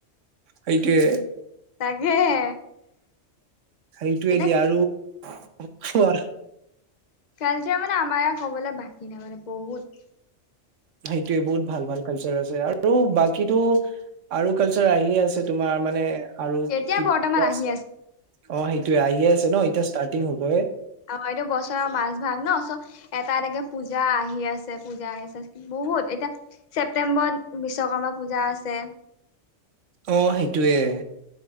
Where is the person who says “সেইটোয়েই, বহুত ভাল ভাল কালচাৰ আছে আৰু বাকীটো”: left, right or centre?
Right